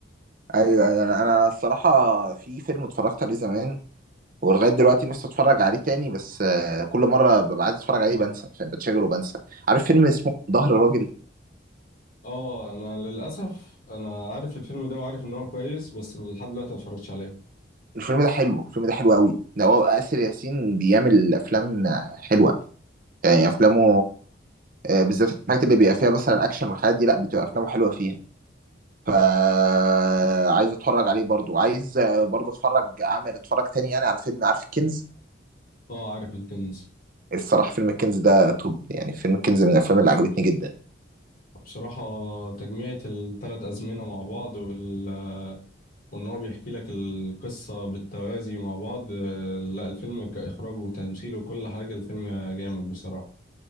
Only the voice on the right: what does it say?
ايوه ايوه انا أنا الصراحه في فيلم اتفرجت عليه زمان ولغايه دلوقتي نفسي اتفرج عليه تاني بس آه، كل مره ببقى عايز اتفرج عليه بنسى فاهم بتشغل وبنسى عارف فيلم اسمه ظهر الراجل
الفيلم ده حلو الفيلم ده حلو قوي ده هو آسر ياسين بيعمل افلام آه، حلوه يعني افلامه آه، بالذات الحاجات اللي بيبقى فيها مثلا اكشن والحاجات دي لا بتبقى افلامه حلوه فيها فعايز اتفرج عليه برضو عايز برضو اتفرج اعمل اتفرج تاني يعني على فيلم عارف الكنز
الصراحه فيلم الكنز ده توب يعني فيلم الكنز من الافلام اللي عجبتني جدا